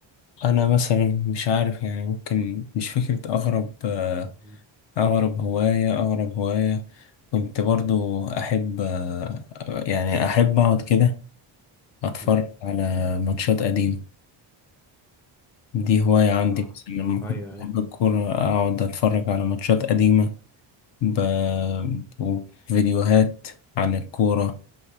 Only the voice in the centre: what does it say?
مم.
مم.
اه
ايوه
ايوه